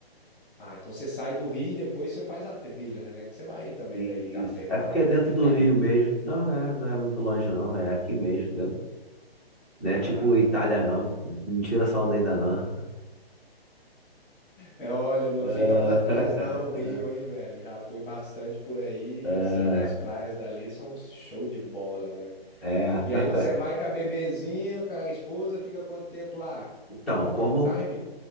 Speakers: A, on the left; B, in the centre.
A: Ah, então você sai do Rio e depois você faz a trilha, né? Não é Que você vai também
B: Isso.
A: daí de a pé pra
B: É porque
A: lá,
B: é
A: não.
B: dentro
A: <laughs>
B: do Rio mesmo. Não é, não é muito longe, não. É aqui mesmo, entendeu? Não
A: Ah,
B: é tipo Itália, não. Não tira essa onda ainda, não.
A: é, olha, não
B: <laughs>
A: fica pra trás não, o
B: Ah,
A: Rio, hein, velho? Já fui bastante por aí,
B: ah,
A: eu sei que as praias dali são um show de bola, né?
B: É.
A: E
B: <laughs>
A: aí você vai com a bebezinha, com a esposa, fica quanto tempo lá?
B: Então,
A: Vai
B: como.
A: ficar um time?